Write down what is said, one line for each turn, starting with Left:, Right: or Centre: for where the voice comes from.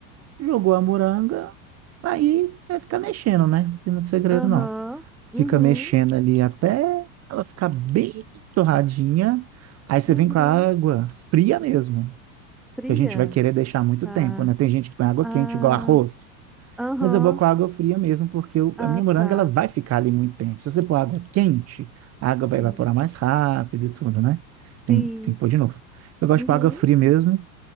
Right: jogou a moranga, aí é ficar mexendo, né? Não tem muito segredo
Centre: aham,
Right: não. Fica
Centre: uhum,
Right: mexendo ali até ela ficar bem torradinha, aí você
Centre: uhum.
Right: vem com a água fria mesmo.
Centre: Fria,
Right: que a gente vai querer deixar muito
Centre: tá.
Right: tempo, né? Tem gente que põe água
Centre: Ah,
Right: quente, igual arroz.
Centre: aham,
Right: Mas eu vou com água fria mesmo, porque o-
Centre: ah,
Right: a minha moranga
Centre: tá.
Right: ela vai ficar ali muito tempo. Se você pôr água quente, a água
Centre: Entendi.
Right: vai evaporar mais rápido e tudo, né?
Centre: Sim,
Right: Tem, tem que pôr de novo. Eu gosto
Centre: uhum.
Right: de pôr água fria mesmo.